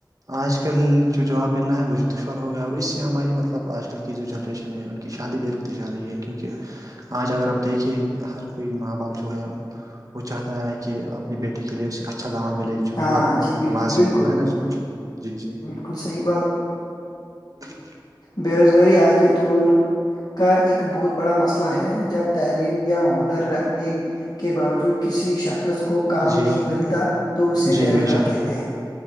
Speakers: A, on the right (about 45°); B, on the left (about 55°).
A: آج کل جو جاب ملنا ہے وہ دشوور ہو گیا اور اس سے ہماری مطلب آج کل کی جو جنریشن ہے ان کی شادی بالکل تی جا رہی ہے کیونکہ آج اگر آپ دیکھیں ہر کوئی ماں باپ جو ہے وہ چاہتا ہے کہ اپنی بیٹی کے لیے اسے اچھا دعوت ملے گی جو
B: ہاں
A: گورنمنٹ
B: جی بالکل
A: ملازم
B: بالکل
A: ہوگا ہے نا جی جی جی
B: بالکل صحیح بات <unintelligible>
A: ہ <inaudible>
B: بے روزگاری آج کے دور کا ایک بہت بڑا مسئلہ ہے جب تعلی یا ہنر رکھنے کے باوجود کسی شخص کو کام
A: جی
B: نہیں ملتا تو اسے
A: جی
B: بے روزگار
A: شک
B: کہتے ہیں